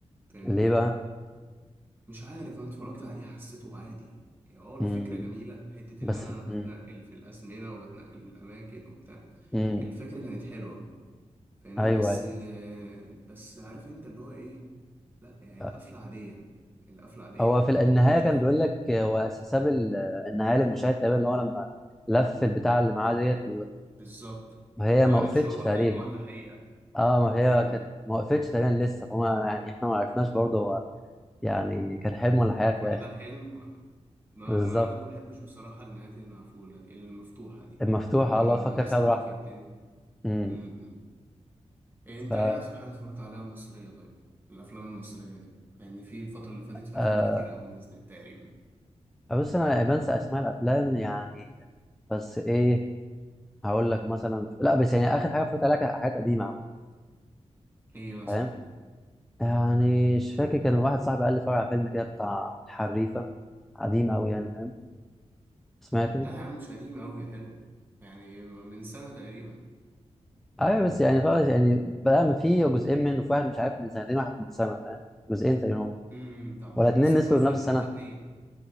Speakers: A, on the right; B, in the centre.
A: فاهمني
B: ليه بقى
A: مش عارف انا اتفرجت عليه حسيته عادي اه الفكره
B: مم.
A: جميله حته
B: بس
A: اللي انا بتنقل
B: مم.
A: في الازمنه وبتنقل من الاماكن وبتاع
B: مم.
A: الفكره كانت حلوه فاهمني
B: ايوه
A: بس
B: ايوه
A: بس عارف انت اللي هو ايه لا يعني القفلة
B: آه.
A: عادية القفلة عادية
B: هو في النهايه
A: ومش
B: كان
A: عارف
B: بيقول لك هو ساب ال- النهايه للمشاهد تقريبا ان هو لما لف البتاع اللي معاه ديت
A: بالظبط
B: وهي
A: ومعرفش
B: ما وقفتش
A: هو
B: تقريبا
A: حلم ولا حقيقة
B: اه ما هي
A: امم
B: كانت ما وقفتش تقريبا لسه فما يعني احنا ما عرفناش برضه هو يعني كان حلم ولا حياة
A: كل
B: في الاخر
A: ده حلم ولا ما,
B: بالظبط
A: ما انا ما بحبش بصراحة النهايات المقفولة دي المفتوحة دي
B: المفتوحة
A: اللي هو
B: الله
A: انا
B: فكر
A: ب- بسيب
B: فيها براحتك
A: لك الدنيا
B: امم
A: امم إيه انت
B: ف
A: ايه اخر حاجة اتفرجت عليها مصرية طيب الافلام المصرية دي لان في الفترة اللي فاتت فيها
B: آه
A: افلام كتيرة اوي نزلت تقريبا
B: بص انا بنسى اسماء الافلام يعني بس ايه هقول لك مثلا لا بس يعني اخر حاجه اتفرجت عليها كانت حاجات قديمه عامه
A: ايه مثلا
B: فاهم يعني مش فاكر كان واحد صاحبي قال لي اتفرج على فيلم كده بتاع الحريفه قديم قوي يعني فاهم سمعته
A: لا يا عم مش قديمة أوي يا حلو يعني من سنة تقريبا
B: ايوه بس يعني خلاص يعني بدأنا من فيه جزئين منه في واحد مش عارف من سنتين واحد من سنه فاهم جزئين تقريبا هم
A: امم صح
B: ولا اتنين
A: بص
B: نزلوا
A: اتفرجت
B: في نفس
A: على الحريفة
B: السنه
A: اتنين